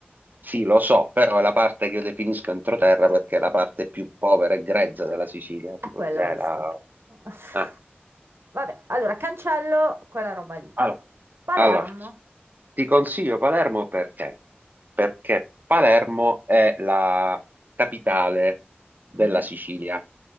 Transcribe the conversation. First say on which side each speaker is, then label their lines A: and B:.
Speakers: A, on the right; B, on the right.
A: Sì, lo so, però è la parte che io definisco entroterra perché è la parte più povera e grezza della Sicilia,
B: È
A: tipo
B: quella
A: Gela.
B: ho visto. <laughs>
A: Eh.
B: Vabbè, allora cancello quella roba lì.
A: Allora,
B: Palermo.
A: Allora, ti consiglio Palermo perché? Perché Palermo è la capitale della
B: Mm,
A: Sicilia.